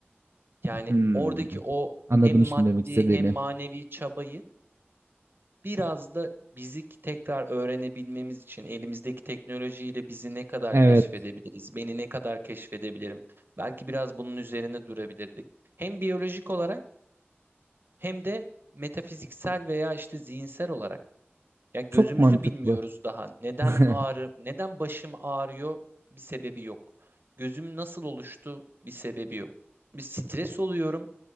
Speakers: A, on the right; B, on the right.
A: Yani
B: hmm.
A: oradaki o
B: Anladım
A: hem maddi
B: şimdi demek istediğini.
A: hem manevi çabayı Biraz da bizi tekrar öğrenebilmemiz için elimizdeki teknolojiyle bizi ne kadar
B: Evet,
A: keşfedebiliriz, beni ne kadar keşfedebilirim? Belki biraz bunun üzerine durabilirdik. Hem biyolojik olarak hem de metafiziksel veya işte zihinsel olarak. Ya gözümüzü
B: çok mantıklı.
A: bilmiyoruz daha. Neden
B: <laughs>
A: ağrı, neden başım ağrıyor? Bir sebebi yok. Gözüm nasıl oluştu? Bir sebebi yok. Bir stres oluyorum.